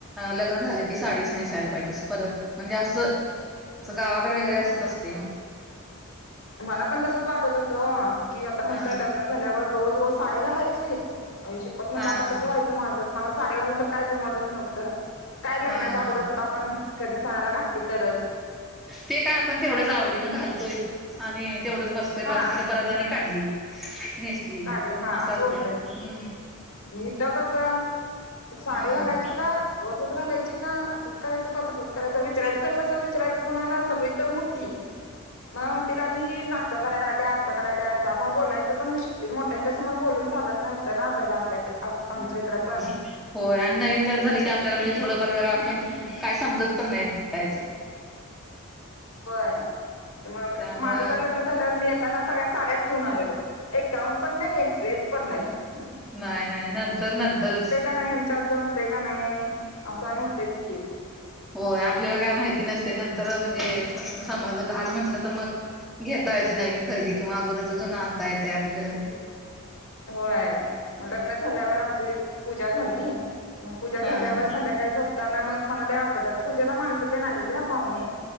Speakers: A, in the centre; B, on the left.
A: लग्नं झालं की साडीच नेसायंला पाहिजे परंत म्हणजे असं असं गावांकडे वगैरें असतं असतें मंग
B: मलां पणं तसंच वाटतं होतं की आतां म्हटलंय
A: हा
B: लग्नं झाल्यांवर रोज रोज साड्यां घालांयची आई शप्पथ म्हंनल
A: हा
B: आतां
A: हा
B: कसं व्हायचं माझं मलां साड्यां घालायचं नंतर कायं जमतंच नव्हतं कायं लग्नांच्या
A: हा हा
B: आगोदर
A: हा
B: कुठं पणं कधीं सनांला घातली तरचं
A: ते कायं आपणं तेवढंच आवडीनं घालतोय आणि तेवढंच बसतोय
B: हा
A: पांच मिनिटं परंत आणि काढली नेसली
B: काढली हा
A: असं असतें
B: होतंय
A: नां हम्मं
B: इथं कसं सांडी
A: हम्म
B: घालायंची कां रोजचं घालायंची कां असंच करायचं कां तसंच करायचं विचाररायचं तरं कसं विचाररायचं कुणांला सगळीचं तरं मुठठी
A: ह <unintelligible>
B: मलां म्हणतीलं आणि हं नाटकं करायंला आल्यां असं करायंला आणि त्यामुळें बोलायचं पणं मुश्कीलं मोठ्यांच्या समोर बोलूंन चालतं नव्हतं पहिलं आपल्यांकडे आमच्यां इकडं पणं
A: होयं आणि नवीन लग्नं झाले की आपल्यांला म्हणजे थोडंफार जरां आपणं कायं समजतं पणं नाहीं बोलायचं
B: होयं मंग
A: त्यामुळं
B: माझं तरं लग्नं झाल्यांवर मी येतानां सगळ्यां साड्यांच घेऊन आलेलो एक गाऊंन पणं नाहीं एक ड्रेस पणं नाहीं
A: नाहीं नाहीं नंतर नंतरचं
B: का नाही यांच्यात जमतंय का नाही असं आणि होतयच की
A: होयं आपल्यांला कायं माहिती नसते नंतर म्हणजे समजलं घालं म्हटलं तरं मंग घेतां येतं नवीन खरेदी किंवा अगोदरचं जूंन आणंता येते आपलं
B: होयं मंग लग्नं झाल्यांवर आमची पूजां झाली मंग पूजां झाल्यांवर
A: हा हा
B: संध्याकांळी झोपतांना मंग मलां अवघडलं पूजेला माणसं ते नां आलेली नां पाहुणे